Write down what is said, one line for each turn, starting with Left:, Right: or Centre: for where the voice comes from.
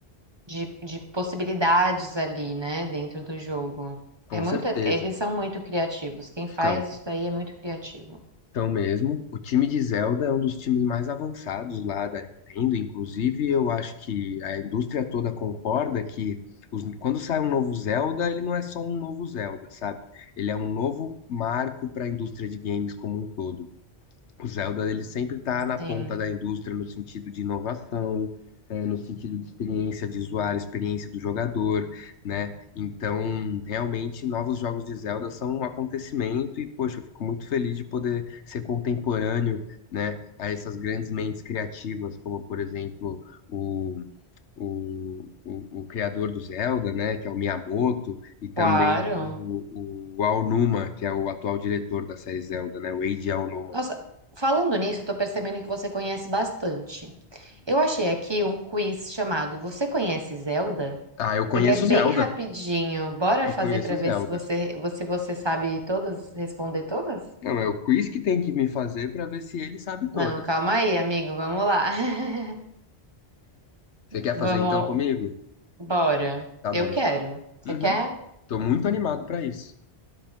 Right: de, de possibilidades ali, né, dentro do jogo.
Left: Com
Right: É muito,
Left: certeza.
Right: eles são muito criativos. Quem faz
Left: Então,
Right: isso daí é muito criativo.
Left: então mesmo, o time de Zelda é um dos times mais avançados lá da Nintendo. Inclusive, eu acho que a indústria toda concorda que os- quando sai um novo Zelda, ele não é só um novo Zelda, sabe? Ele é um novo marco para a indústria de games como um todo. O Zelda ele sempre está na
Right: Sim,
Left: ponta da indústria no sentido de inovação, é, no sentido de experiência de usuário, experiência do jogador, né? Então, realmente, novos jogos de Zelda são um acontecimento e, poxa, eu fico muito feliz de poder ser contemporâneo, né, a essas grandes mentes criativas, como, por exemplo, o, o, o, o criador do Zelda, né, que é o Miyamoto, e também
Right: claro.
Left: o, o Aonuma, que é o atual diretor da série Zelda, né, o Eiji Aonuma.
Right: Nossa, falando nisso, eu tô percebendo que você conhece bastante. Eu achei aqui um quiz chamado Você conhece Zelda?
Left: Ah, eu conheço
Right: Ele é bem
Left: Zelda.
Right: rapidinho. Bora
Left: Eu
Right: fazer
Left: conheço
Right: pra
Left: Zelda.
Right: ver se você, se você sabe todas, responder todas?
Left: Não, é o quiz que tem que me fazer pra ver se ele sabe todas.
Right: Não, calma aí, amigo. Vamos lá. <laughs>
Left: Você quer
Right: Vamos,
Left: fazer então comigo?
Right: bora.
Left: Tá
Right: Eu
Left: bom.
Right: quero. Você
Left: Uhum.
Right: quer?
Left: Tô muito animado pra isso.